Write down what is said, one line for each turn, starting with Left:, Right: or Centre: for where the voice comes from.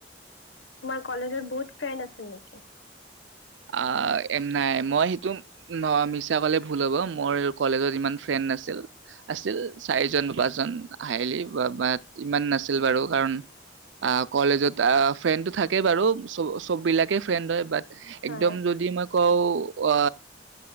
Left: কলেজৰ বহুত ফ্ৰেণ্ড আছিল নেকি
Right: অ নাই মই সেইটো মিছা কলে ভুল হ'ব মোৰ কলেজত ইমান ফ্ৰেণ্ড নাছিল আছিল চাৰিজন পাঁচজন হাইলি ইমান নাছিল বাৰু কাৰণ অ কলেজত ফ্ৰেণ্ডটো থাকে বাৰু চব চব বিলাকে ফ্ৰেণ্ড হয় বাট
Left: হয়
Right: একদম যদি মই কৌ অ